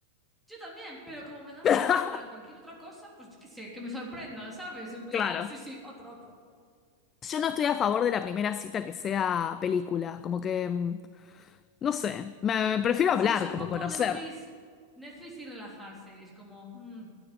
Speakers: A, in the centre; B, on the left (about 25°).
A: Yo también, pero como me dan
B: <laughs>
A: la opción a cualquier otra cosa, pues yo qué sé, que me sorprendan, ¿sabes? En plan,
B: Claro.
A: sí, sí, otro, otro.
B: Yo no estoy a favor de la primera cita que sea película, como que... mm, no sé, me, me prefiero
A: Sí,
B: hablar,
A: es un
B: como
A: poco
B: conocer.
A: Netflix, Netflix y relajarse, y es como, mm,